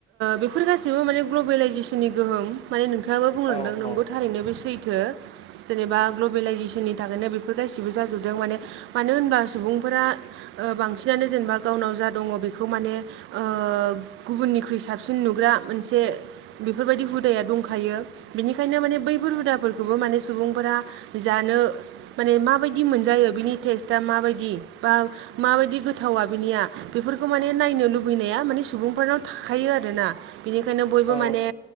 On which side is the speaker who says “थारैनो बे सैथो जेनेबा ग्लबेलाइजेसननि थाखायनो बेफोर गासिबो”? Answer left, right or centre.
Right